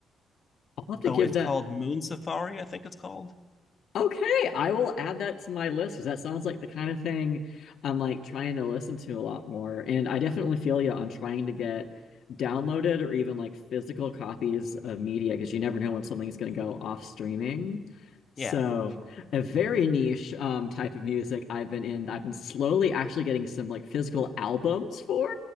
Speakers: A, on the left (about 65°); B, on the left (about 35°).
A: I'll have to
B: oh,
A: give
B: it's
A: that.
B: called Moon Safari, I think it's called.
A: Okay, I will add that to my list because that sounds like the kind of thing I'm like trying to listen to a lot more. And I definitely feel you on trying to get downloaded or even like physical copies of media because you never know when something's going to go off streaming. So,
B: Yeah.
A: a very niche um, type of music I've been in, I've been slowly actually getting some like physical albums for